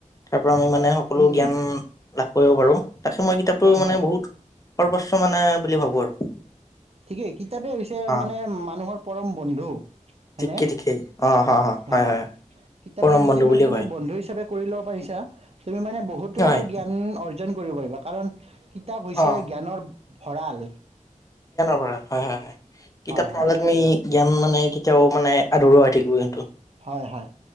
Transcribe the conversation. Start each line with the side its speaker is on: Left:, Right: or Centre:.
Left: তাৰ আমি মানে সকলো
Right: উম উম
Left: জ্ঞান লাভ কৰিব পাৰো। তাকে মই কিতাপটো
Right: হয় হয়
Left: মানে বহুত সৰ্বস্ব মানে বুলি ভাবো আৰু
Right: ঠিকেই কিতাপে হৈছে
Left: অ
Right: মানে মানুহৰ পৰম বন্ধু। হয়নে
Left: ঠিকেই ঠিকেই অ হয় হয় হয়
Right: অ'
Left: হয়
Right: কিতাপক
Left: পৰম বন্ধু
Right: যদি
Left: বুলিয়ে
Right: মানে তুমি
Left: কয়
Right: বন্ধু হিচাপে কৰি ল'ব পাৰিছা তুমি মানে বহুতো
Left: হয়
Right: জ্ঞান অৰ্জন কৰিব পাৰিবা কাৰণ কিতাপ হৈছে
Left: অ
Right: জ্ঞানৰ ভঁৰাল।
Left: হয়-হয়-হয় কিতাপ
Right: হয়
Left: নহ'লে
Right: হয়
Left: তুমি জ্ঞান মানে কেতিয়াও মানে আধৰুৱা হৈ থাকিব কিন্তু
Right: হয় হয়,